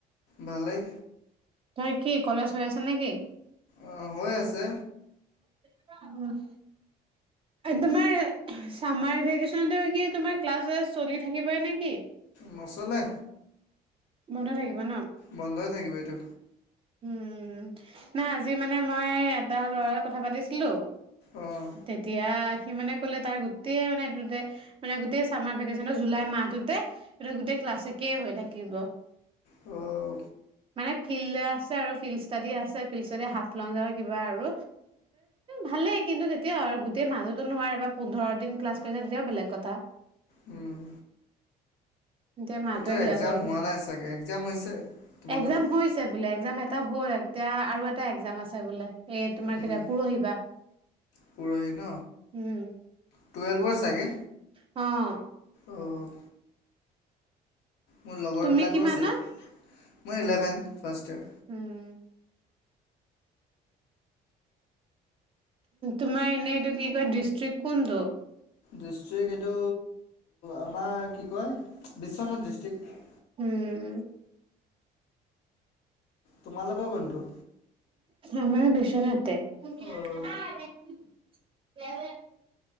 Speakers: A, on the left; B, on the right.
A: ভালেই।
B: তই কি ক'লেজ হৈ আছে নে কি?
A: অঁ, হৈ আছে
B: <inaudible> উম। তোমাৰ চামাৰ ভেকেছনটো কি তোমাৰ ক্লাছ চলি থাকিবই নেকি?
A: মচলে
B: বন্ধ থাকিব ন।
A: বন্ধই থাকিব এইটো।
B: উম না আজি মানে মই এটা লৰা কথা পাতিছিলোঁ।
A: অঁ
B: তেতিয়া সি মানে কলে তাৰ গোটেই মানে এইটো মানে গোটেই চামাৰ ভেকেচনৰ জুলাই মাহটোতে এ গোটেই ক্লাছকে হৈ থাকিব।
A: আহ।
B: মানে ফিল্ড যে আছে আৰু ফিল্ড ষ্টাডি আছে ফিল্ড ষ্টাডি হাফলং যাব কিবা আৰু ভালেই, কিন্তু তেতিয়া আৰু গোটেই মাজতো নোৱাৰে পোন্ধৰ দিন ক্লাছ কৰে তেতিয়াও বেলেগ কথা।
A: উম।
B: এতিয়া মাহটোৱে
A: ত'
B: ক্লাছৰ
A: এক্সাম হোৱা নাই চাগে, এক্জাম হৈছে তোমালোকৰ?
B: এক্সাম হৈছে বোলে, এক্সাম এটা হ'ল আৰু এতিয়া আৰু এটা এক্জাম আছে বোলে। এ তোমাৰ
A: উম,
B: কেতিয়া তোমাৰ পৰহি পৰা।
A: পৰহি ন
B: উম,
A: টুৱেলভৰ চাগে
B: অঁ।
A: অ'। মোৰ লগৰ
B: তুমি
A: বিলাকৰো
B: কিমানত
A: আছে। মই ইলেভেন ফাৰ্ট ইয়াৰ।
B: উম। তোমাৰ এনেই এইটো কি কয় ডিষ্ট্ৰিক্ কোনটো?
A: ডিষ্টিক এইটো আমাৰ কি কয় বিশ্বনাথ ডিষ্ট্ৰিক্ট।
B: উম।
A: তোমালোকৰ কোনটো?
B: আমাৰ বিশ্বনাথে। <unintelligible>
A: অ'।